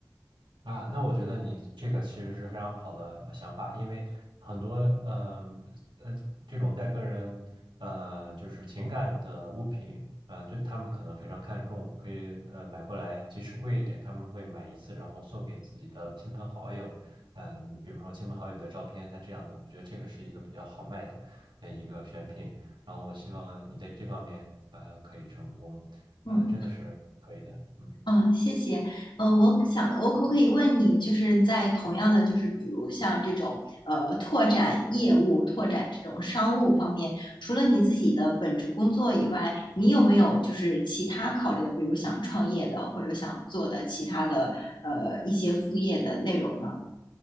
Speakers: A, on the right; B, on the left.
A: 啊，那我觉得你这个其实是非常好的呃想法，因为很多嗯呃，这种带个人呃就是情感的物品啊、对他们可能非常看重，可以呃买过来，即使贵一点，他们会买一次，然后送给自己的亲朋好友，嗯、比方说亲朋好友的照片，那这样的，我觉得这个是一个比较好卖的呃一个选品，然后我希望你在这方面呃可以成功，
B: 嗯。
A: 呃真的是可以的，嗯。
B: 嗯，谢谢。嗯，我可想，我可不可以问你，就是在同样的，就是比如像这种呃拓展业务、拓展这种商务方面，除了你自己的本职工作以外，你有没有就是其他考虑的，比如想创业的，或者想做的其他的呃一些副业的内容呢？